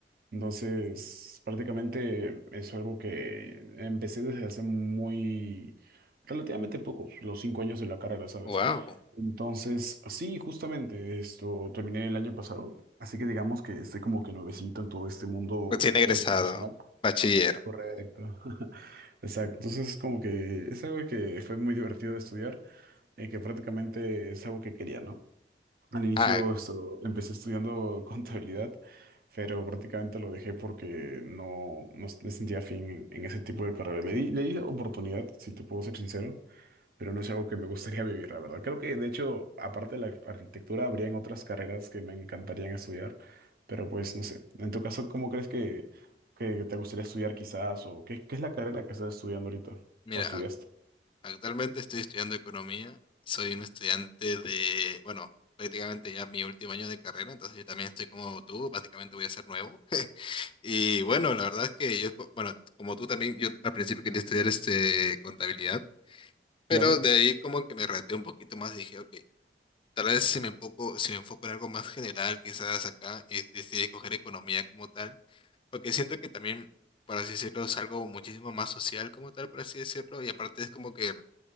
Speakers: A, on the right (about 55°); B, on the left (about 30°).
A: entonces prácticamente es algo que empecé desde hace muy, relativamente poco, los cinco años de la carrera, ¿sabes?
B: Wow,
A: Entonces, sí, justamente esto terminé el año pasado, así que digamos que estoy como que nuevecito en todo este mundo
B: recién egresado,
A: eh, profesional.
B: bachiller.
A: Correcto. <laughs> Exacto. Entonces, como que es algo que fue muy divertido de estudiar. eh, que prácticamente es algo que quería, ¿no? Al inicio
B: Ah,
A: esto, empecé estudiando <laughs> contabilidad, pero prácticamente lo dejé porque no, no s- me sentía fin en, en ese tipo de carrera. Le di, le di oportunidad, si te puedo ser sincero, pero no es algo que me gustaría vivir, la verdad. Creo que, de hecho, aparte de la arquitectura, habrían otras carreras que me encantarían estudiar, pero pues no sé. En tu caso, ¿cómo crees que, que te gustaría estudiar quizás? ¿O qué, qué es la carrera que estás estudiando ahorita?
B: mira,
A: ¿O estudiaste?
B: ac- actualmente estoy estudiando economía. Soy un estudiante de, bueno, prácticamente ya mi último año de carrera, entonces yo también estoy como tú, básicamente voy a ser nuevo. Y bueno, la verdad es que yo, co- bueno, como tú también, yo al principio quería estudiar este contabilidad, pero
A: Claro,
B: de ahí como que me reté un poquito más y dije, ok, tal vez si me enfoco, si me enfoco en algo más general, quizás acá, y decidí escoger economía como tal, porque siento que también, por así decirlo, es algo muchísimo más social como tal, por así decirlo, y aparte es como que